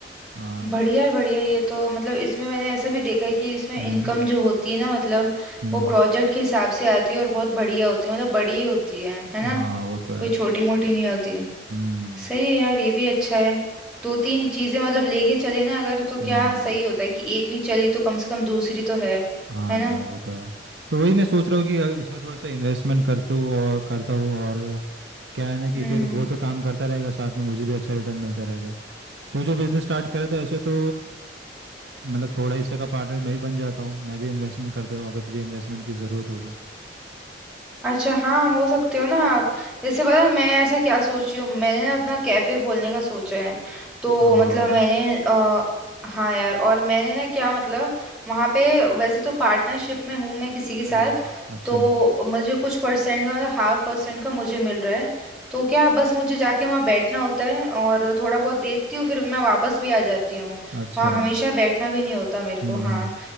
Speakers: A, on the right; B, in the centre.
A: हाँ
B: बढ़िया है बढ़िया है, ये तो मतलब इसमें मैंने ऐसा भी देखा है कि इसमें
A: हम्म
B: इनकम जो होती है ना मतलब
A: हम्म
B: वो प्रोजेक्ट के हिसाब से आती है और बहुत बढ़िया होती है मतलब बड़ी होती है है ना
A: हाँ वो तो है
B: कोई छोटी मोटी नहीं होती है
A: हम्म
B: सही है यार ये भी अच्छा है दो तीन चीजें मतलब लेके चले ना अगर तो
A: हम्म
B: क्या सही होता है कि एक नहीं चली तो कम से कम दूसरी तो है
A: हाँ
B: है ना
A: यार वो तो है तो वही मैं सोच रहा हूँ कि अ, इसमें थोड़ा सा इन्वेस्टमेंट करते हूँ और करता हूँ और क्या है ना कि
B: हम्म
A: फिर वो तो काम करता रहेगा साथ में मुझे भी अच्छा रिटर्न मिलता रहेगा तू जो बिजनेस स्टार्ट करा था ऐसे तो मतलब थोड़ा हिस्से का पार्टनर मैं भी बन जाता हूँ मैं भी इन्वेस्टमेंट करता हूँ अगर तुझे इन्वेस्टमेंट की ज़रूरत हो तो
B: अच्छा हाँ हो सकते हो ना आप जैसे पता है मैं ऐसा क्या सोच रही हूँ मैंने ना
A: हम्म
B: अपना कैफे खोलने का सोचा है तो
A: अच्छा
B: मतलब
A: वाह यार
B: मैंने आ, हाँ यार और मैंने ना क्या मतलब वहाँ पे वैसे तो पार्टनरशिप में हूँ मैं किसी के साथ
A: हम्म अच्छा
B: तो मुझे कुछ परसेंट का मतलब हाफ परसेंट का मुझे मिल रहा है तो क्या बस मुझे जाके वहाँ बैठना होता है और थोड़ा बहुत देखती हूँ फिर मैं वापस भी आ जाती हूँ
A: अच्छा
B: वहाँ हमेशा बैठना भी नहीं होता मेरे को
A: हम्म
B: हाँ